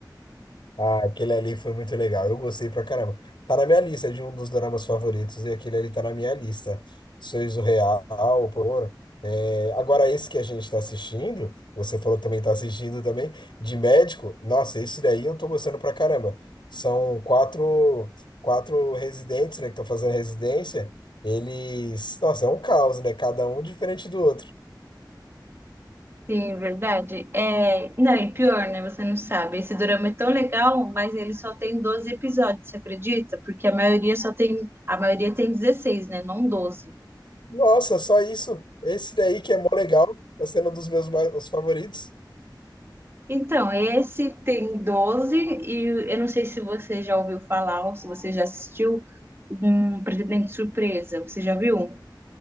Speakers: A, on the left; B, on the right.
A: Ah, aquele ali foi muito legal. Eu gostei pra caramba. Tá na minha lista de um dos dramas favoritos e aquele ali tá na minha lista. Sorriso Real, por. É, agora, esse que a gente tá assistindo, você falou que também tá assistindo também, de médico. Nossa, esse daí eu tô gostando pra caramba. São quatro, quatro residentes, né, que estão fazendo residência. Eles. Nossa, é um caos, né? Cada um diferente do outro.
B: Sim, verdade. É, não, e pior, né? Você não sabe. Esse dorama é tão legal, mas ele só tem 12 episódios, você acredita? Porque a maioria só tem, a maioria tem 16 né? Não doze
A: Nossa, só isso. Esse daí que é mó legal, tá sendo um dos meus mais, os favoritos.
B: Então, esse tem 12 e eu não sei se você já ouviu falar ou se você já assistiu um Pretendente Surpresa. Você já viu?